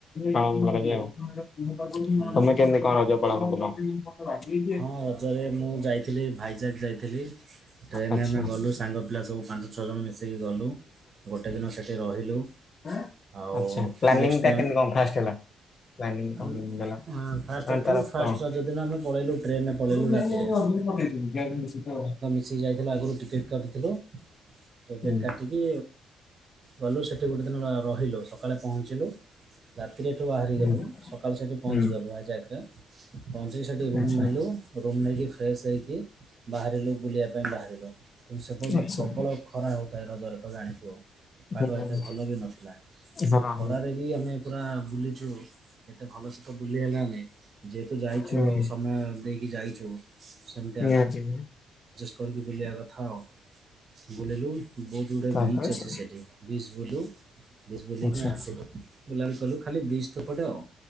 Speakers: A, on the left; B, on the right.
A: ପାଳନ କରାଯାଏ ଆଉ
B: ହୁଁ
A: ତମେ କେମତି କଣ ରଜ ପାଳନ କଲ।
B: ହଁ ରଜରେ ମୁଁ ଯାଇଥିଲି ଭାଇଜାକ ଯାଇଥିଲି। ଟ୍ରେନରେ
A: ଆଚ୍ଛା।
B: ଆମେ ଗଲୁ ସାଙ୍ଗ ପିଲା ସବୁ ପାଞ୍ଚ ଛଅ ଜଣ ମିଶିକି ଗଲୁ ଗୋଟେ ଦିନ ସେଠି ରହିଲୁ।
A: ହାଁ
B: ଆଉ
A: ଆଛ ପ୍ଲାନିଙ୍ଗ
B: ନେକ୍ସଟ ଦିନ
A: ଟା କେମିତି କଣ ଫାଷ୍ଟ ହେଲା? ପ୍ଲାନିଙ୍ଗ କଣ
B: ଆମେ
A: କେମିତି ହେଲା
B: ହଁ ଫାଷ୍ଟ
A: ମାନେ
B: ଏଠୁ
A: ତାର
B: ଫାଷ୍ଟ
A: କଣ?
B: ରଜ ଦିନ ଆମେ ପଳେଇଲୁ ଟ୍ରେନରେ ପଳେଇଲୁ
A: <unintelligible> ପକେଇଦେଲୁ
B: ରାତିରେ।
A: ଗ୍ୟାରେଣ୍ଟି ସେ ତ
B: ସିଏ ଯାଇଥିଲା ଆଗରୁ ଟିକେଟ୍ କାଟିଥିଲୁ ଟିକେଟ୍
A: ହୁଁ
B: କାଟିକି ଗଲୁ ସେଠି ଗୋଟେ ଦିନ ଅ ରହିଲୁ ସକାଳେ ପହଞ୍ଚିଲୁ। ରାତିରେ ଏଠୁ ବାହାରିଗଲୁ
A: ହୁଁ
B: ସକାଳୁ ସେଠି ପହଞ୍ଚିଗଲୁ
A: ହୁଁ
B: ହାଇଜାକେ ପହଞ୍ଚିକି ସେଇଠି ରୁମ୍
A: ଆଚ୍ଛା
B: ନେଲୁ। ଟିକେ ଫ୍ରେସ୍ ହେଇକି ବାହାରିଲୁ ବୁଲିବା ପାଇଁ ବାହାରିଲୁ କିନ୍ତୁ ସେପର୍ଯ୍ୟନ୍ତ
A: ଆଚ୍ଛା
B: ପ୍ରବଳ ଖରା ହେଉଥାଏ ରଜରେ ତ ଜାଣିଥିବ। ପାଗ
A: ହୁଁ ହଁ
B: ଏତେ ଭଲ ବି ନଥିଲା ସେ
A: ହଁ
B: ଖରାରେ ବି ଆମେ ପୁରା ବୁଲିଛୁ। ଏ ଏତେ ଭଲ ସେ ବୁଲି ହେଲାନେଇ ଯେହେତୁ ଯାଇଛୁ
A: ହୁଁ
B: ଆଉ ସମୟ ଦେଇ ହେଇଛୁ ସେମିତି
A: ନିହାତି
B: ଆ ଜଷ୍ଟ୍ କରିକି ବୁଲିବା କଥା ଆଉ ବୁଲିଲୁ ବହୁତ ଗୁଡ଼ାଏ
A: ତାପରେ
B: ବିଚ
A: ସେ
B: ଅଛି ସେଠି ବିଚ ବୁଲୁ ବିଚ୍ ବୁଲିକିନା
A: ଆଚ୍ଛା
B: ଆସିବୁ ବୁଲାବୁଲି କଲୁ ଖାଲି ବିଜ୍ ତ ପଟେ ଆଉ।